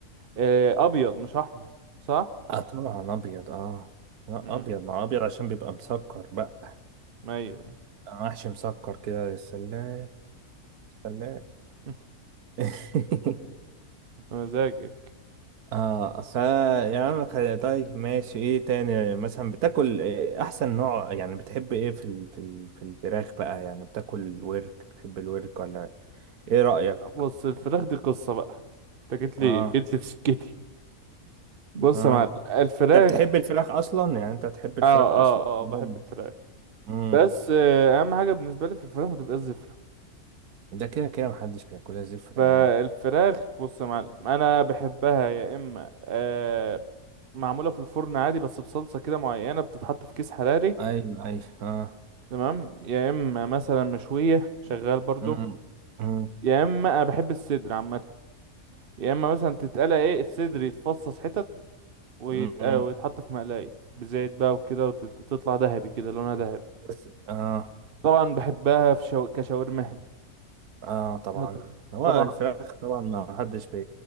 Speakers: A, on the right; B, on the right.
A: آه، ابيض مش احمر صح
B: اه طبعا ابيض اه لا
A: امم
B: ابيض مع ابيض عشان بيبقى مسكر بقى
A: ايوه أيوة.
B: أنا محشي مسكر كده يا سلام سلام
A: <laughs>
B: <laughs>
A: مزاجك
B: اه ف يعني خ- طيب ماشي ايه تاني مثلا بتاكل إيه احسن نوع يعني بتحب ايه في ال... في ال... في الفراخ بقى يعني بتاكل ورك بتحب الورك ولا ايه رأيك
A: بص الفراخ دي قصة بقى انت جيت
B: اه
A: لي جيت لي في سكتي بص
B: اه
A: يا معلم الفراخ
B: انت بتحب الفراخ اصلا يعني انت بتحب الفراخ
A: اه
B: اصلا
A: اه
B: مم.
A: اه بحب الفراخ
B: امم
A: بس آه، اهم حاجه بالنسبه لي في الفراخ ما تبقاش زفره
B: ده كده كده محدش بياكلها زفرة
A: فالفراخ
B: يعني
A: بص يا معلم انا بحبها يا اما آه معموله في الفرن عادي بس بصلصه كده معينه بتتحط في كيس حراري
B: ايوه ايوه اه
A: تمام يا اما مثلا مشويه شغال برضو
B: امم امم
A: يا اما انا بحب الصدر عامه يا اما مثلا تتقلى ايه الصدر يتفصص حتت ويت-
B: امم
A: آه، ويتحط في مقلايه بزيت بقى وكده وتطلع ذهبي كده لونها ذهبي
B: بس اه
A: طبعا بحبها في شو... كشاورما
B: اه طبعا
A: ما ط-
B: هو
A: طبعا
B: الفراخ طبعا ما حدش بي